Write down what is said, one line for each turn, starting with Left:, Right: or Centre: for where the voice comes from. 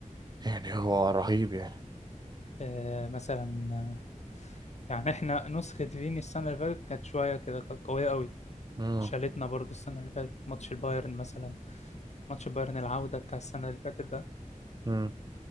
Right: يعني هو رهيب يعني
Left: آه مثلا آه، يعني احنا نسخة فيني السنة اللي فاتت كانت شوية كده كانت قوية قوي
Right: امم
Left: شالتنا برضو السنة اللي فاتت ماتش البايرن مثلا ماتش البايرن العودة بتاع السنة اللي فاتت ده
Right: امم